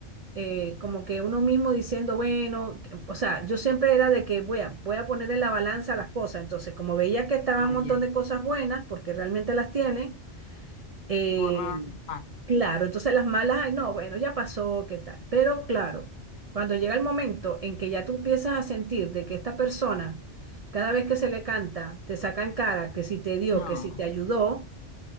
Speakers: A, on the right; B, on the left.
A: eh, como que uno mismo diciendo, bueno, que- o sea, yo siempre era de que voy a, voy a poner en la balanza las cosas. Entonces, como veía que estaban
B: ah,
A: un montón
B: ya, ya.
A: de cosas buenas, porque realmente las tiene, eh,
B: Borrado en
A: claro, entonces las malas, ay, no, bueno, ya pasó, ¿qué tal? Pero claro, cuando llega el momento en que ya tú empiezas a sentir de que esta persona, cada vez que se le canta, te saca en cara que si te dio,
B: No,
A: que si te ayudó,